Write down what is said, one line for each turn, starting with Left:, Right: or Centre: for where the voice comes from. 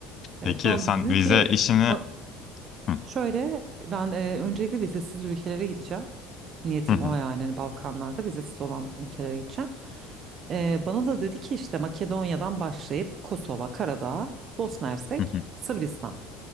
Right: Evet
Left: Peki
Right: bana
Left: sen
Right: dedi
Left: vize
Right: ki
Left: işini
Right: ba-
Left: Hı,
Right: şöyle ben e, öncelikle vizesiz ülkelere gideceğim. Niyetim
Left: hı, hı,
Right: o yani hani Balkanlarda vizesiz olan ülkelere gideceğim. E, bana da dedi ki işte Makedonya'dan başlayıp Kosova, Karadağ, Bosna Hersek,
Left: hı, hı.
Right: Sırbistan